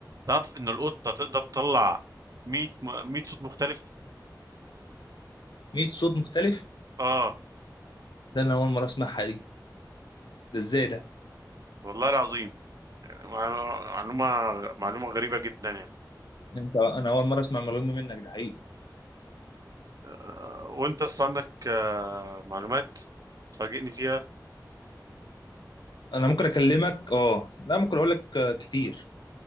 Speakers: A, on the right; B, on the left.
A: تعرف ان القطه تقدر تطلع 100 م- 100 صوت مختلف
B: 100 صوت مختلف
A: اه
B: ده انا اول مره اسمعها دي ده ازاي ده؟
A: والله العظيم يعني معلومه معلومه غريبه جدا يعني
B: انت انا اول مره اسمع المعلومه دي منك ده حقيقي
A: آه، وانت اصلا عندك آه، معلومات تفاجئني فيها
B: انا ممكن اكلمك اه لا ممكن اقول لك آه، كتير